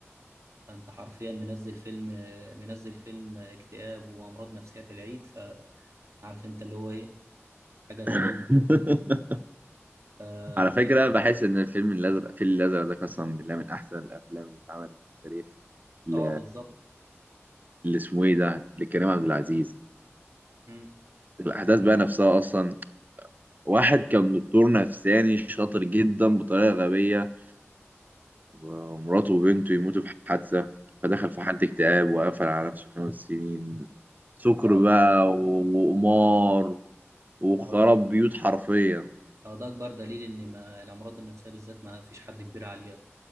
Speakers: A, on the right; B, on the right.
A: فانت حرفيا منزل فيلم منزل فيلم اكتئاب وامراض نفسيه في العيد فعارف انت اللي هو ايه حاجه غريبه
B: <laughs>
A: ف-
B: على
A: ففيلم
B: فكره بحس ان الفيلم الازرق الفيل الازرق ده قسما بالله من احسن الافلام اللي اتعملت في التاريخ ل
A: اه بالظبط
B: اللي اسمه ايه ده لكريم عبد العزيز
A: مم.
B: الاحداث بقى نفسها اصلا واحد كان دكتور نفساني شاطر جدا بطريقه غبيه ومراته وبنته يموتوا في حادثه فدخل في حاله اكتئاب وقفل على نفسه خمس سنين سكر
A: اه
B: بقى و- وقمار وخرب
A: اه
B: بيوت حرفيا
A: آه، ده اكبر دليل ان ما الامراض النفسيه بالذات ما فيش حد كبير عليها